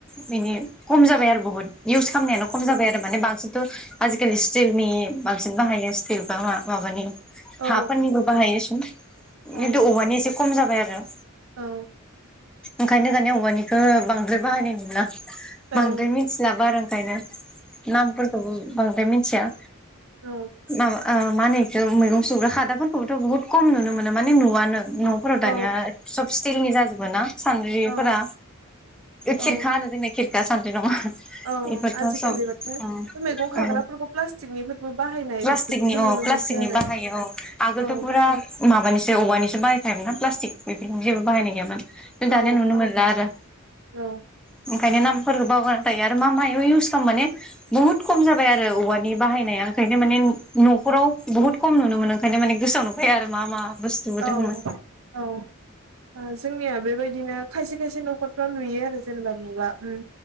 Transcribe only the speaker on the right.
औ
औ
औ।
औ
औ।
औ
औ
औ
औ
आजिखालि
माने
बे मैगं
खाग्राफोरखौ प्लास्टिकनिफोरबो बाहायनाय
बेफोरखौसो
नुनो
मोनसै आरो
औ
औ
औ
औ
औ ओ जोंनिया बेबायदिनो खायसे खायसे नख'रफ्राव नुयो आरो जेनेबा नुला ओम